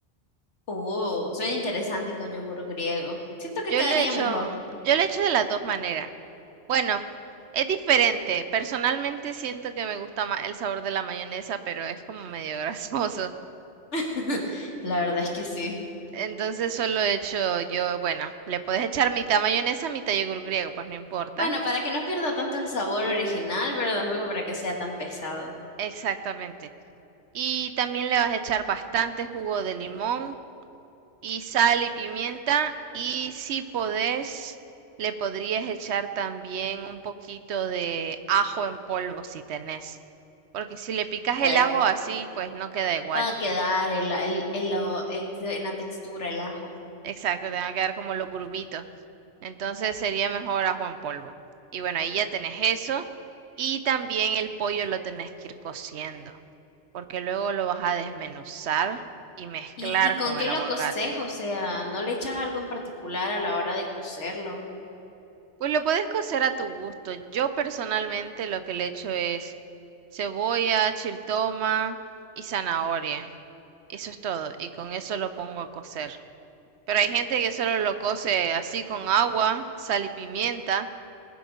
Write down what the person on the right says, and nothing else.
Yo
lo he hecho,
yo lo he hecho de las dos maneras. Bueno, es diferente. Personalmente siento que me gusta más el sabor de la mayonesa, pero es como medio <laughs> grasoso.
Entonces solo he hecho yo, bueno, le puedes echar mitad mayonesa, mitad yogur griego, pues no importa.
Exactamente. Y también le vas a echar bastante jugo de limón y sal y pimienta. Y si podés, le podrías echar también un poquito de ajo en polvo si tenés. Porque si le picas
el ajo así, pues no queda igual.
Exacto, te va a quedar como los grumitos. Entonces sería mejor ajo en polvo. Y bueno, ahí ya tenés eso. Y también el pollo lo tenés que ir cociendo, porque luego lo vas a desmenuzar y mezclar
con
el aguacate.
Pues lo puedes cocer a tu gusto. Yo personalmente lo que le echo es cebolla, chiltoma y zanahoria. Eso es todo. Y con eso lo pongo a cocer. Pero hay gente que solo lo cose así con agua, sal y pimienta.